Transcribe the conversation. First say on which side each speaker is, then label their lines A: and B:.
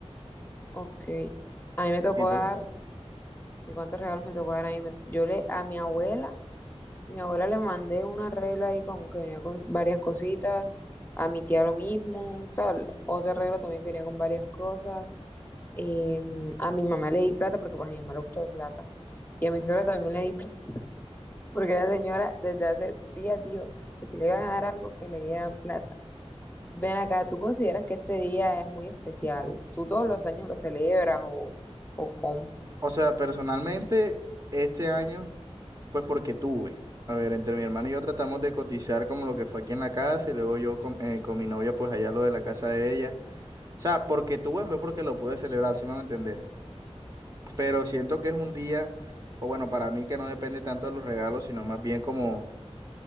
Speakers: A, on the left; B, on the right.
A: Ok. A mí me tocó
B: ¿Y tú?
A: dar, ¿y cuántos regalos me tocó dar? A mí me- yo le, a mi abuela, mi abuela le mandé un arreglo ahí con que venía con varias cositas, a mi tía lo mismo, o sea, otro arreglo también que venía con varias cosas. em, a mi mamá le di plata porque pues, a mi mamá le gustó la plata. Y a mi suegra también le di plata, <laughs> porque la señora desde hace días dijo que si le iban a dar algo, que le dieran plata. Ven acá, ¿tú consideras que este día es muy especial? ¿Tú todos los años lo celebras o, o cómo?
B: O sea, personalmente, este año, pues porque tuve. A ver, entre mi hermano y yo tratamos de cotizar como lo que fue aquí en la casa y luego yo con, eh, con mi novia, pues allá lo de la casa de ella. O sea, porque tuve fue porque lo pude celebrar, si me van a entender. pero siento que es un día, o bueno, para mí que no depende tanto de los regalos, sino más bien como,